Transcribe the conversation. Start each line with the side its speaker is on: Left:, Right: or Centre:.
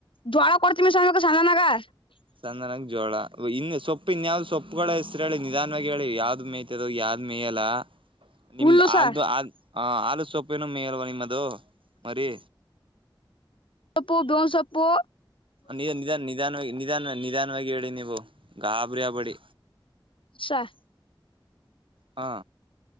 Left: ಜ್ವಾಳ ಕೊಡ್ತೀವ್ ಸಾ ಸಾನ ಮಾಗ <unintelligible>
Right: ಚಂದನಾಗ ಜೋಳ ಇನ್ನು ಸೊಪ್ಪ ಇನ್ಯಾವ್ ಸೊಪ್ಪುಗಳ ಹೆಸರ ಹೇಳಿ ನಿಧಾನವಾಗಿ ಹೇಳಿ ಯಾವ್ದ ಮೇತ ಅದ ಯಾರ್ ಮೇಯಲ್ಲ ನಿಮ್ದ್
Left: ಹುಲ್ಲು
Right: ಹಾಲ್ದು
Left: ಸರ್
Right: ಹಾಲ್ ಹ ಆಲು ಸೊಪ್ಪಿನು ಮೇಯಲ್ವಾ ನಿಮ್ಮದು? ಮರಿ
Left: ಪ್ಪ ಸ... <inaudible> ಒ
Right: ನಿಧಾನ್ ನಿಧಾನ ನಿಧಾನ್ವಾಗಿ ನಿಧಾನ ನಿಧಾನ ಹಾ ಹೇಳಿ ನೀವು ಗಾಬರಿ ಅಬೇಡಿ.
Left: ಸರ್
Right: ಹಾ